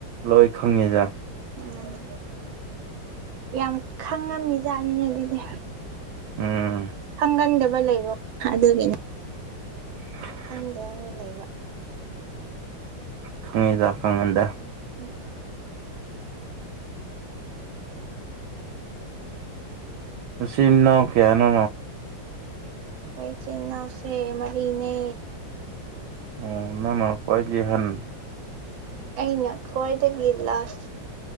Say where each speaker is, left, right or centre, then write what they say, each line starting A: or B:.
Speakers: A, on the right; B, on the right.
A: ꯂꯣꯏ ꯈꯪꯉꯤꯗ
B: ꯎꯝ ꯌꯥꯝ ꯈꯪꯉꯝꯃꯤꯖꯥꯠꯅꯤꯅꯦ ꯑꯗꯨꯗꯤ
A: ꯎꯝ
B: ꯈꯪꯒꯟꯗꯕ ꯂꯩꯕ ꯑꯗꯨꯒꯤꯅꯤ
A: <inaudible>
B: ꯈꯪꯗꯕ ꯃꯤ ꯂꯩꯕ
A: ꯈꯪꯉꯤꯗ ꯈꯪꯉꯟꯗ
B: <unintelligible>
A: ꯅꯆꯤꯟ ꯅꯥꯎ ꯀꯌꯥꯅꯣ
B: ꯑꯈꯣꯏ ꯏꯆꯤꯟꯅꯥꯎꯁꯦ ꯃꯔꯤꯅꯦ
A: ꯑꯣ ꯅꯪꯅ ꯈ꯭ꯋꯥꯏꯒꯤ ꯑꯍꯟ
B: ꯑꯩꯅ ꯈ꯭ꯋꯥꯏꯗꯒꯤ ꯂꯥꯁ